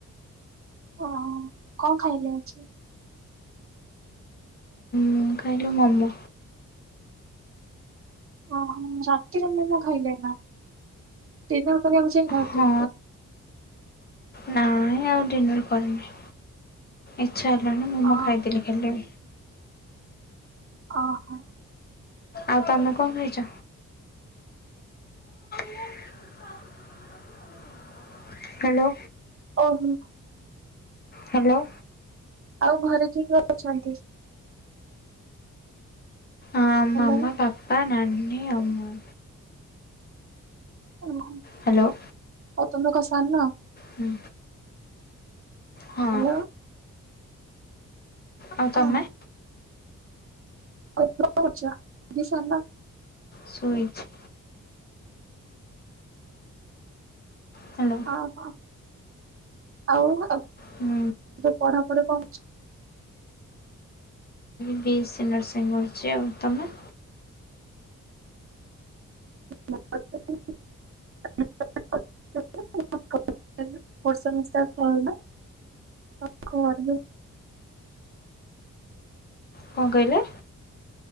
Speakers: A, on the right; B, on the left.
A: ଓ ହୋ କଣ ଖାଇଲେ ଆଜି?
B: ମୁଁ କାହିଲି ମୋମୋ।
A: ଓ ହୋ ରାତିରେ ମୋମୋ ଖାଇଲେ ନା। ଡିନର କରିବାକୁ ଯାଇନାହାନ୍ତି?
B: ହଁ ନାଇଁ ଆଉ ଡିନର୍ କରିନି ଇଚ୍ଛା ହେଲାନି ମୋମୋ
A: ଅ
B: ଖାଇଦେଲି ଖାଲି।
A: ଓ ହୋ
B: ଆଉ ତମେ କଣ ଖାଇଛ? <inaudible> ହ୍ୟାଲୋ
A: ଓ ହୋ
B: ହ୍ୟାଲୋ
A: ଆଉ ଘରେ କିଏ କିଏ ଅଛନ୍ତି?
B: ଆଁ ମାମା
A: ହ୍ୟାଲୋ
B: ପାପା ନାନୀ ଆଉ ମୁଁ।
A: ଓ ହୋ
B: ହ୍ୟାଲୋ
A: ଆଉ ତମେ କଣ ସାନ?
B: ହୁଁ ହଁ
A: ହ୍ୟାଲୋ
B: ଆଉ ତମେ?
A: ଓହୋ ଆଉ ତମେ କଣ କରୁଛ? <unintelligible>
B: ଶୋଇଛି ହ୍ୟାଲୋ
A: ଓ ହୋ ଆଉ ଯୋଉ
B: ହୁଁ।
A: ପଢାପଢି କଣ କରିଛ?
B: ବି ଏ ସି ନର୍ସିଂ କରୁଛି। ଆଉ ତମେ?
A: <unintelligible> <unintelligible>
B: କଣ କହିଲେ?